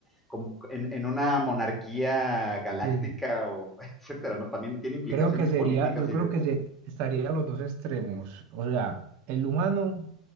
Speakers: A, in the centre; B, on the right (about 45°).
A: como en, en una monarquía galáctica
B: Sí,
A: o <laughs> etcétera, ¿no? También tiene implicaciones
B: Creo que sería,
A: políticas
B: yo
A: y
B: creo
A: de,
B: que se, estaría a los dos extremos, o sea, el humano,